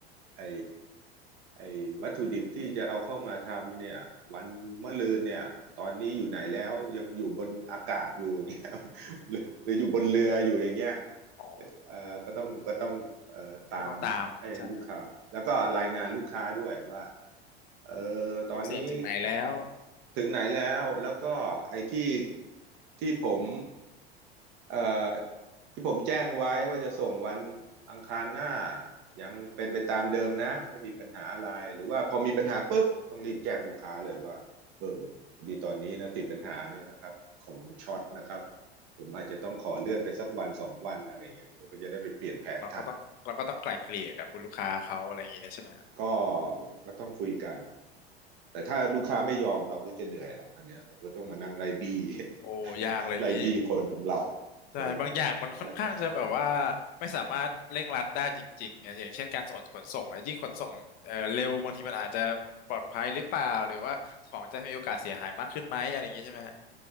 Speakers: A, on the right; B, on the left.
A: ไอ ไอ้วัตถุดิบที่จะเอาเข้ามาทำเนี่ยวันมะรืนเนี่ยตอนนี้อยู่ไหนแล้วยังอยู่บนอากาศอยู่อย่างเงี้ย <laughs> หรือหรืออยู่บนเรืออยู่อย่างเงี้ย
B: อ๋อ
A: เอ่อก็ต้องก็ต้องเอ่อตามให้ลูกค้าแล้วก็รายงานลูกค้าด้วยว่า
B: ก็ต้องตามใช่
A: เออตอนนี้
B: โปรเซสถึงไหนแล้ว
A: ถึงไหนแล้วแล้วก็ไอ้ที่ที่ผมเอ่อที่ผมแจ้งไว้ว่าจะส่งวันอังคารหน้ายังเป็นไปตามเดิมนะไม่มีปัญหาอะไรหรือว่าพอมีปัญหาปุ๊บต้องรีบแจ้งลูกค้าเลยว่าเออพอดีตอนนี้นะติดปัญหาเนี่ยนะครับของช็อตนะครับผมอาจจะต้องขอเลื่อนไปสักวันสองวันอะไรอย่างเงี้ยเขาก็จะได้ไปเปลี่ยนแผนทัน
B: เราก็ต้องเราก็ต้องไกล่เกลี่ยกับคุณลูกค้าเขาอะไรอย่างงี้เนี่ยใช่ไหมฮะ
A: ก็ก็ต้องคุยกันแต่ถ้าลูกค้าไม่ยอมเราก็จะเหนื่อยแล้วอันเนี้ยเราก็ต้องมานั่งไล่บี้
B: โอ้ยากอะไรอย่างงี้
A: <laughs> ไล่บี้คนของเรา
B: ใช่บางอย่างมันค่อนข้างจะแบบว่า
A: เอออะไร
B: ไม่สามารถเร่งรัดได้จริงๆนะอย่างเช่นการส่งขนส่งนะยิ่งขนส่งเอ่อเร็วบางทีมันอาจจะปลอดภัยหรือเปล่าหรือว่าของจะมีโอกาสเสียหายมากขึ้นไหมอะไรอย่างงี้ใช่ไหมฮะ